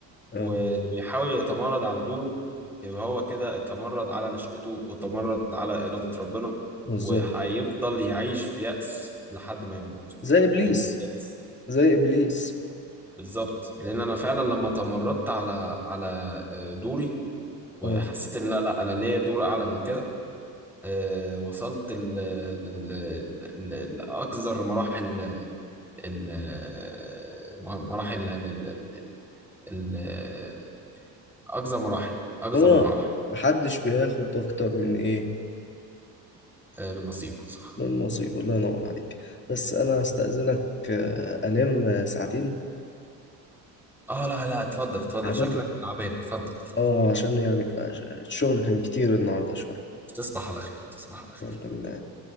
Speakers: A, on the left; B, in the centre.
A: اه
B: واللي بيحاول يتمرد على دوره يبقى هو كده اتمرد على نشأته وتمرد على إرادة ربنا
A: بالظبط
B: وهيفضل يعيش في يأس لحد ما يموت
A: زي ابليس
B: هيموت يأس
A: زي ابليس
B: بالظبط لأن أنا فعلا لما تمردت على على آه، دوري وحسيت
A: اه
B: إن لا لا أنا ليا دور أعلى من كده آه، وصلت ل- ل- ل- ل- لأقذر مراحل ال- آه، مراحل ال- ال- ال- ال- آه، أقذر مراحل أقذر
A: هو
B: المراحل
A: محدش بياخد اكتر من ايه
B: آه، من نصيبه صح
A: من نصيبه الله ينور عليك بس انا هستأذنك آه، انام آه، ساعتين
B: اه لا لا اتفضل اتفضل
A: هنام
B: شكلك تعبان اتفضل اتفضل
A: اه عشان يعني ف- الشغل كان كتير النهارده شويه
B: تصبح على خير تصبح على خير
A: وانت من